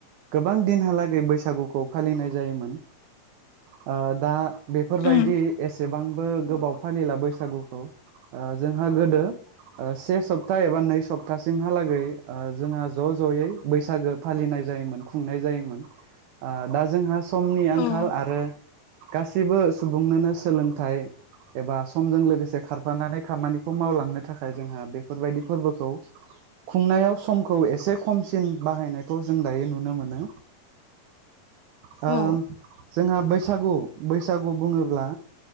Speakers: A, on the right; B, on the left.
A: गोबां दिनहालागै बैसागुखौ फालिनाय जायोमोन। ओ दा बेफोरबायदि
B: उम
A: एसेबांबो गोबाव फालिला बैसागुखौ। ओ जोंहा गोदो से सप्ता एबा नै सप्तासिमहालागै ओ जोंहा ज' ज'यै बैसागो फालिनाय जायोमोन खुंनाय जायोमोन। आ दा जोंहा समनि आंखाल
B: औ
A: आरो। गासिबो सुबुंनोनो सोलोंथाइ एबा समजों लोगोसे खारफानानै खामानिखौ मावलांनो थाखाय जोंहा बेफोरबायदि फोरबोखौ खुंनायाव समखौ एसे खमसिन बाहायनायखौ जों दायो नुनो मोनो। उम
B: औ
A: जोंहा बैसागु बैसागु बुङोब्ला